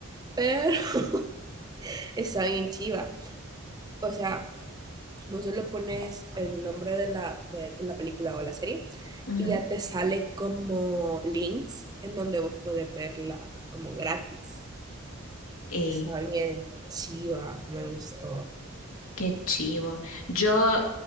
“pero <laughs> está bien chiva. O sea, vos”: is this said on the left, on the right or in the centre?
Right